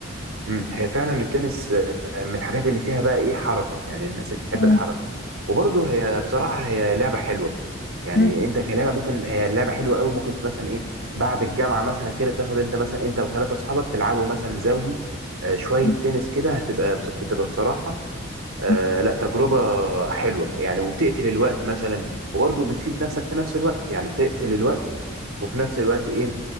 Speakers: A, on the right; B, on the left.
A: امم هي فعلا التنس آه، من الحاجات اللي فيها بقى ايه حركه يعني الناس اللي بتحب
B: مم.
A: الحركه وبرضه هي بصراحه هي لعبه حلوه يعني
B: مم.
A: انت كلعبه ممكن هي لعبه حلوه قوي ممكن مثلا ايه بعد الجامعه مثلا كده تاخد انت مثلا انت وثلاثه اصحابك تلعبوا مثلا زوجي آه، شويه
B: مم.
A: تنس كده هتبقى بس- بتبقى بصراحه آه
B: مم.
A: لا تجربة حلوة يعني وبتقتل الوقت مثلا وبرضه بتفيد نفسك في نفس الوقت يعني بتقتل الوقت وفي نفس الوقت ايه